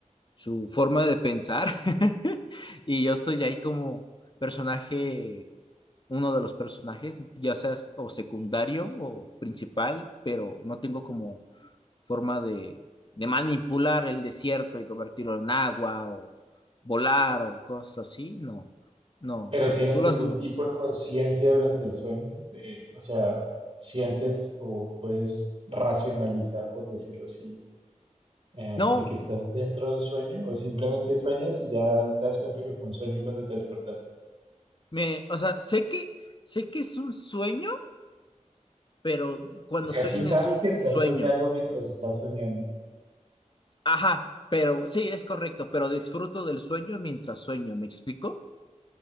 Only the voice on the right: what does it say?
Pero ¿tienes
algún
tipo de conciencia durante el sueño? Eh, o sea, ¿sientes o puedes racionalizar, por decirlo así, eh,
de que estás dentro de un sueño? ¿O simplemente sueñas y ya te das cuenta que fue un sueño cuando te despertaste?
O sea,
sí
sabes
que estás
soñando mientras estás soñando.